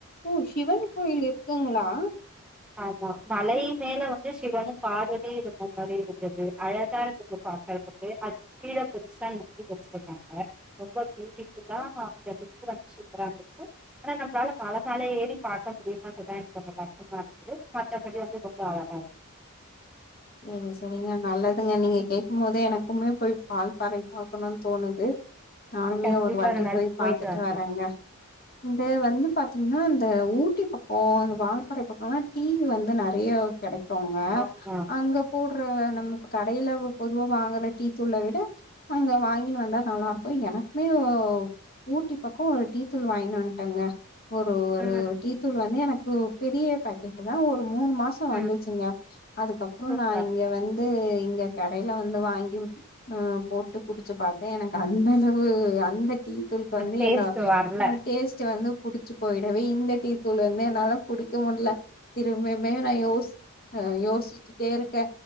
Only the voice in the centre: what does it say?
ஆமா மலை மேல வந்து சிவனு பார்வதியு இருந்த மாரி இருக்குது அழகா இருந்துச்சு பா க்கத்துக்கு அது கீழ பெருசா நந்தி வெச்சிருகாங்க ரொம்ப பியூட்டிஃபுல்லா அந்த <unintelligible> வந்து சூப்பரா இருந்துச்சு ஆனா நம்ளால மல மேல ஏறி பாக்க முடிலேன்றதா எனக்கு கொஞ்சோ கஷ்டமா இருந்தது மத்தபடி வந்து ரொம்ப அழகா இருக்
கண்டிப்பா
நாள்
போயிட்டு வாங்க
ஆமா
ம்
ம்
சூப்பர்
டேஸ்ட்
வரல